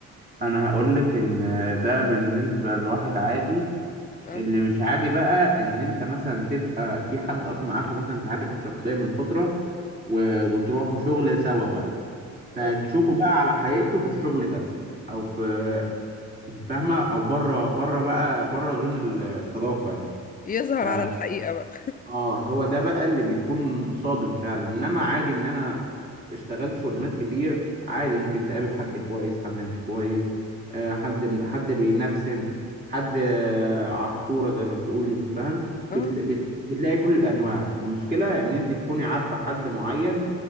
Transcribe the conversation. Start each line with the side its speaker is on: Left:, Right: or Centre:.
Right: انا هقول لك ان ده بالنسبه لواحد عادي
Left: اه
Right: اللي مش عادي بقى ان انت مثلا تبقى في حد اصلا عارفه مثلا في حياتك الشخصيه من فتره و... وتروحوا شغل سوا بقى فتشوفه
Left: اه
Right: بقى على حقيقته في الشغل ده او في انت فاهمه او بره بره بقى بره زون الصداقه يعني
Left: يظهر
Right: ف
Left: على الحقيقه بقى
Right: اه هو ده بقى اللي بيكون صادم فعلا انما عادي ان انا اشتغلت شغلانات كتير عادي ممكن تقابل حد كويس حد مش كويس آه، حد حد بينفسن حد آه، عصفوره زي ما بتقولي انت فاهم
Left: اه
Right: بتلا- بت- بتلاقي كل الانواع المشكله ان انت تكوني عارفه حد معين